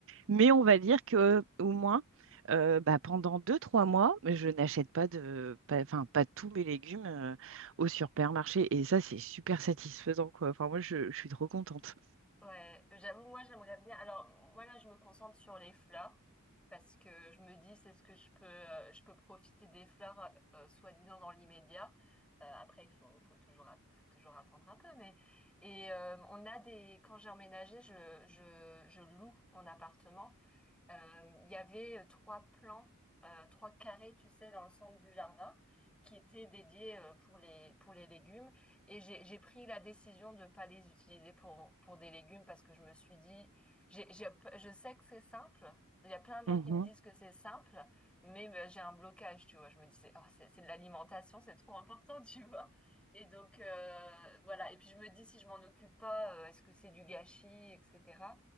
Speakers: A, on the right; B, in the centre.
A: Mais on va dire que au moins, euh, bah, pendant deux, trois mois, je n'achète pas de, pas- enfin pas tous mes légumes euh, au supermarché. Et ça, c'est super satisfaisant, quoi. Enfin, moi, je, je suis trop contente.
B: Ouais, j'avoue, moi j'aimerais bien. Alors moi là, je me concentre sur les fleurs parce que je me dis c'est ce que je peux, euh, je peux profiter des fleurs euh, euh, soi-disant dans l'immédiat. Euh, après, il faut, faut toujours, at- faut toujours attendre un peu. Mais et euh, on a des. Quand j'ai emménagé, je, je, je loue mon appartement euh, Il y avait euh, trois plans, euh, trois carrés, tu sais, dans le centre du jardin, qui étaient dédiés euh, pour les pour les légumes. Et j'ai j'ai pris la décision de ne pas les utiliser pour pour des légumes parce que je me suis dit, j'ai, j'ai- je sais que c'est simple. Il y a plein de gens
A: Mhm.
B: qui me disent que c'est simple, mais euh, j'ai un blocage, tu vois. Je me dis, c'est oh, c'est c'est de l'alimentation, c'est trop important, <laughs> tu vois. Et donc euh, voilà. Et puis je me dis, si je m'en occupe pas, euh, est-ce que c'est du gâchis, etc.